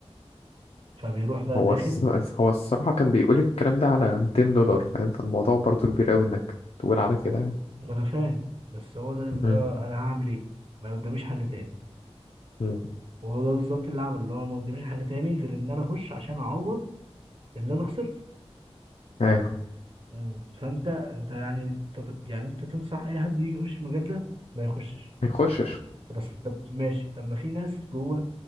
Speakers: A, on the right; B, on the left.
A: فبيروح بقى
B: هو
A: داخل
B: الس... هو الصراحة كان بيقول الكلام ده على 200 دولار فاهم فالموضوع برضو كبير قوي انك تقول على كده يعني
A: ما انا فاهم بس هو ده اللي بيبقى
B: مم.
A: انا هعمل ايه ما قداميش حل تاني
B: مم.
A: وهو ده بالظبط اللي عمل اللي هو ما قداميش حل تاني غير ان انا اخش عشان اعوض اللي انا خسرته
B: ايوه
A: مم. فانت انت يعني انت ت- يعني انت تنصح اي حد يجي يخش المجال ده ما يخشش
B: ما يخشش
A: طب بس طب ماشي طب ما في ناس جوه